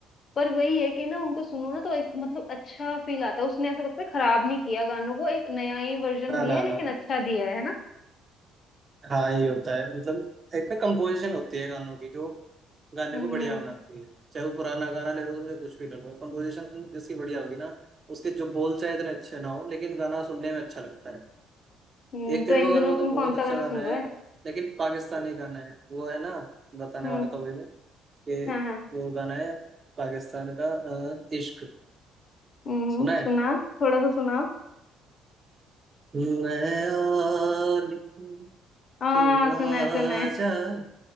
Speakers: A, on the left (about 50°); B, on the right (about 40°).
A: पर वही है कि ना उनको सुनो ना तो एक मतलब अच्छा फील आता है उसने ऐसा लगता है खराब नहीं किया गानों को एक नया ही वर्जन
B: हाँ
A: दिया
B: ना
A: है
B: ना
A: लेकिन
B: ना
A: अच्छा दिया है है ना
B: हाँ ये होता है मतलब एक ना कंपोजिशन होती है गानों की जो गाने
A: हम्म।
B: को बढ़िया बनाती है चाहे वो पुराना गाना ले लो उसमें कुछ भी ले लो कंपोजिशन जिसकी बढ़िया होगी ना उसके जो बोल चाहे इतने अच्छे ना हो लेकिन गाना सुनने में अच्छा लगता है
A: हम्म
B: एक तेरे
A: तो इन
B: को गाना
A: दिनों
B: वो तो
A: तुम
B: बहुत
A: कौन सा
B: अच्छा
A: गाना
B: गाना
A: सुन रहे
B: है
A: हो
B: लेकिन पाकिस्तानी गाना है वो है ना बताने
A: हम्म
B: वाला था वही मैं कि
A: हाँ हाँ
B: वो गाना है पाकिस्तान का अ, इश्क
A: हम्म
B: सुना है
A: सुना थोड़ा सा सुनाओ
B: मैं आ लिखूं
A: हाँ
B: तू आ
A: सुना है सुना है
B: जाए